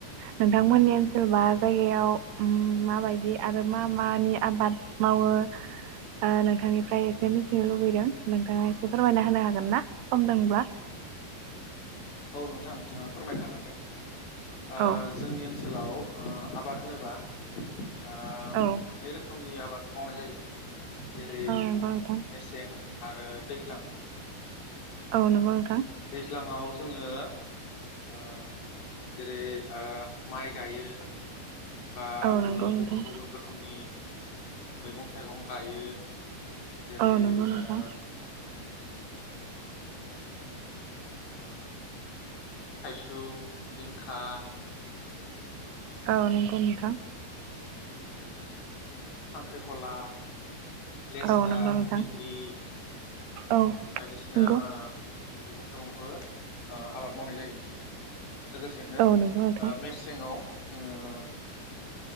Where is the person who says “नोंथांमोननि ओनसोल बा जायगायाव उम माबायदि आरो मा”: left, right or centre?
Right